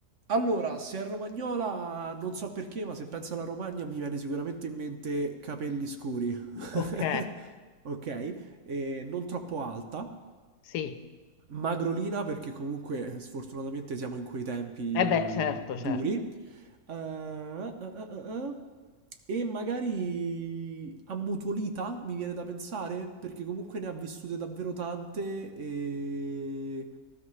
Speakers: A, on the right; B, on the left.
A: Allora, se è romagnola, non so perché, ma se penso alla Romagna mi viene sicuramente in mente capelli scuri. <laughs>
B: Ok,
A: Ok? E non troppo alta.
B: sì.
A: Magrolina perché comunque eh, sfortunatamente siamo in quei tempi
B: E beh, certo,
A: duri.
B: certo.
A: Eh, eh, eh, eh, eh. E magari ammutolita, mi viene da pensare, perché comunque ne ha vissute davvero tante e,